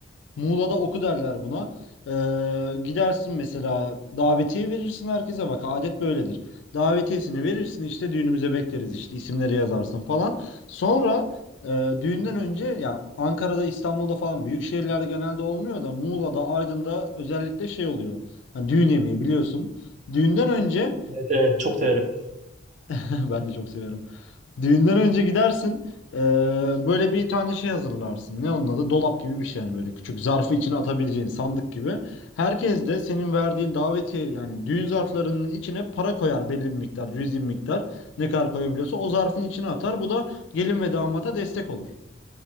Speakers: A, on the left (about 65°); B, on the right (about 40°).
A: Muğla'da oku derler buna. Ee, gidersin mesela davetiye verirsin herkese bak adet böyledir. Davetiyesini verirsin işte düğünümüze bekleriz işte isimleri yazarsın falan. Sonra e, düğünden önce ya Ankara'da İstanbul'da falan büyük şehirlerde genelde olmuyor da Muğla'da Aydın'da özellikle şey oluyor. Hani düğün yemeği biliyorsun. Düğünden önce
B: Evet, evet çok severim.
A: <laughs> ben de çok severim. Düğünden önce gidersin. eee, böyle bir tane şey hazırlarsın. Ne onun adı? Dolap gibi bir şey yani böyle küçük zarfı içine atabileceğin sandık gibi. Herkes de senin verdiğin davetiye yani düğün zarflarının içine para koyar belli bir miktar, cüzi bir miktar. Ne kadar koyabiliyorsa o zarfın içine atar. Bu da gelin ve damata destek olur.